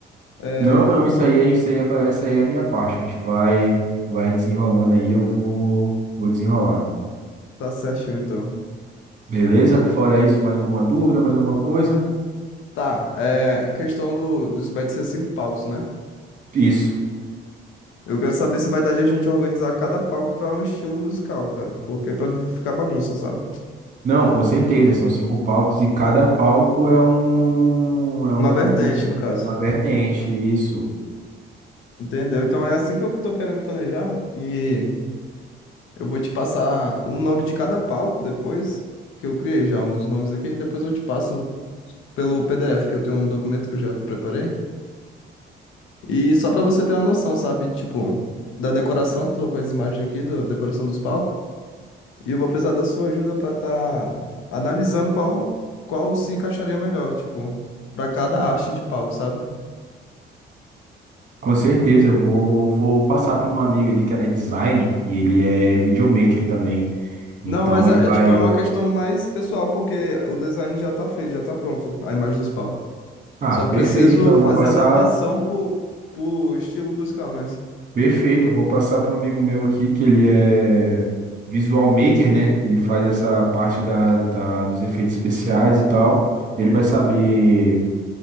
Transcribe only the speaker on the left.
É,
tá certinho, então.
Tá, é, questão do, do. Vai ser cinco palcos, né?
Eu quero saber se vai dar de a gente organizar cada palco para um estilo musical, cara. Porque pra não ficar bagunça, sabe?
Uma
vertente, no caso.
Entendeu? Então é assim que eu tô querendo planejar. E. Eu vou te passar o nome de cada palco depois, que eu criei já os nomes aqui, depois eu te passo pelo PDF, que eu tenho um documento que eu já preparei. E só pra você ter uma noção, sabe? Tipo, da decoração, tô com as imagens aqui da decoração dos palcos, e eu vou precisar da sua ajuda pra tá analisando qual qual se encaixaria melhor, tipo, pra cada arte de palco, sabe?
Não, mas
é,
é, tipo, é uma questão mais pessoal, porque o design já tá feito, já tá pronto, a imagem dos palcos.
Só
preciso
fazer
adaptação pro, pro estilo musical, né?